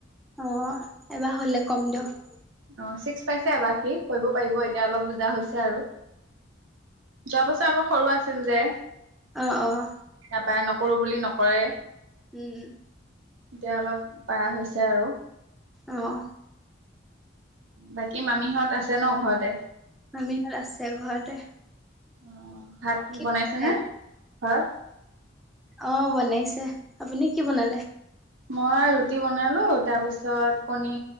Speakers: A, in the centre; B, on the right (about 85°).
A: অ এবাৰ হ'লে কম দিয়ক।
B: অহ চিক্স পাইছে এবাৰ সি কৰিব পাৰিব এতিয়া অলপ বুজা হৈছে আৰু। যোৱা বছৰ আকৌ সৰু আছিল যে।
A: অহ অহ।
B: তাপাই নকৰোঁ বুলি নকৰে।
A: উম।
B: এতিয়া অলপ পাৰা হৈছে আৰু।
A: অঁহ।
B: বাকী মামীহঁত আছে ন ঘৰতে?
A: মামীহঁত আছে ঘৰতে।
B: অ ভাত
A: কি
B: বনাইছে
A: বনালে
B: নে ঘৰত?
A: অহ বনাইছে, আপুনি কি বনালে?
B: মই ৰুটি বনালো তাৰ পিছত কণী